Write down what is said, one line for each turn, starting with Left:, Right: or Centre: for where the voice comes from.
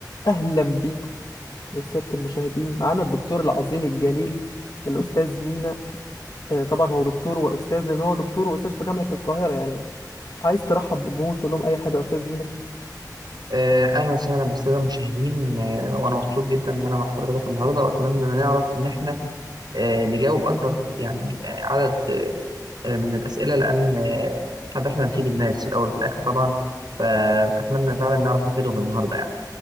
Left: اهلا بيكم يا سياده المشاهدين معانا الدكتور العظيم الجليل الاستاذ مينا آه، طبعا هو دكتور واستاذ لان هو دكتور واستاذ في جامعه القاهره يعني عايز ترحب بالجمهور تقول لهم اي حاجه يا استاذ مينا
Right: آه، أهلا وسهلا بالسادة المشاهدين آه، وأنا مبسوط جدا إن أنا مع حضرتك النهاردة وأتمنى إن نعرف إن إحنا آه، نجاوب أكبر يعني آه، عدد آه، من الأسئلة لأن آه، هدفنا نفيد الناس في الأول وفي الآخر طبعا فأتمنى فعلا نعرف نفيدهم النهاردة يعني